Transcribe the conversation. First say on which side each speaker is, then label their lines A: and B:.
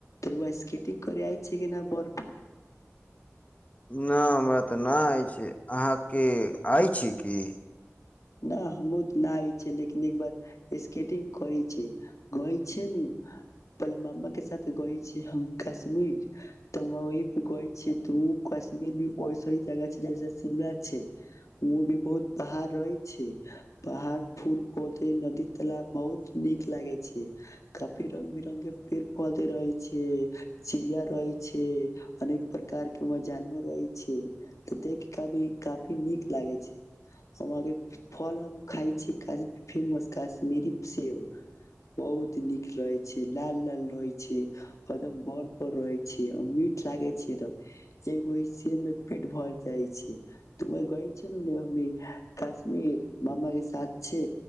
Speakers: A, on the left; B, on the left.
A: तर स्केटंग आइ छै क नहि बरफप
B: नहि हमरा तऽ नहि अछि अहाँके आइ छी की
A: नहि हमहुँ तऽ नहिइ छै लेकिन एकबार स्केटिंग कर छै गइ छै न पे मामा के साथ गई छी हम कश्मीर तऽ वहि पे गए छी तऽ ओ कश्मीर भी ओऐसी जगह छै जैसे शिमला छै ओ भी बहुत पहाड़ रहै पहाड़ फूल पौधे नदी ताला बहुत नीक लागे छै काफी रंग बिरंग के पेड़ पौधे रहे छै चिड़िया रहे छै अनेक प्रकार के वहं जानवर रहे छै त देख की काफी नीक लागे छै वहा के फल हम खााय छी कश फेमस कश्मीरी सेब बहुत नीक रहे छै लाल लाल रहे छै एकदम बड़ बड़ रहे छै मीठ लागे छै एकदम एगो सेब में पेट भर जाइ छै त व गई छ नेमेशी ीर मामा के साथ छै